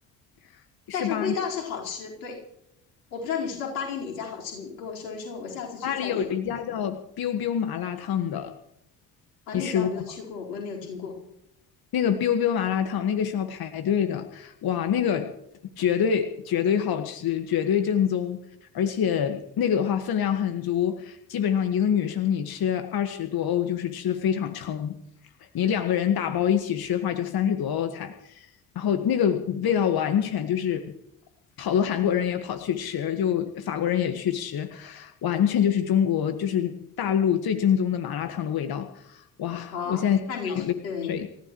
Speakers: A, on the left (about 45°); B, on the left (about 85°).
A: <laughs> 是巴黎，
B: 但是味道是好吃。对，我不知道你说的巴黎哪一家好吃，你跟我说一说，我下次去踩点
A: 巴黎有一家叫 biu biu 麻辣烫的，
B: 啊。
A: 你吃过？
B: 那家我没有去过，我也没有听过。
A: 那个 biu biu 麻辣烫，那个是要排队的，哇，那个绝对绝对好吃，绝对正宗，而且那个的话分量很足，基本上一个女生你吃二十多欧就是吃的非常撑，你两个人打包一起吃的话就三十多欧才，然后那个味道完全就是好多韩国人也跑去吃，就法国人也去吃，完全就是中国就是大陆最正宗的麻辣烫的味道，哇，
B: 好，
A: 我现在想流口水。
B: 那你是对